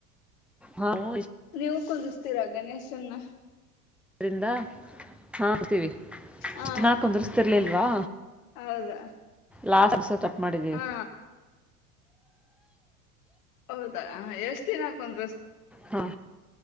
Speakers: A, in the centre; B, on the left.
A: ಹೌ
B: ನೀವು ಕುಂದಿಸ್ತೀರಾ ಗಣೇಶನ್ನ
A: ಅ್ರದ ಹಾ ಆತೀವಿ
B: ಹಾ
A: ಇಷ್ಟ ನಾಕ ಕುಂದರ್ಸ್ತಿರ್ಲಿಲ್ವಾ
B: ಹೌದಾ
A: ಲಾಸ್ಟ್ ದಸ ಕಟ್ ಮಾಡಿದ್ದ
B: ಹಾ ಹೌದಾ ಎಷ್ಟು ದಿನ ಹಾಕೊಂದ್ರ
A: ಹಾ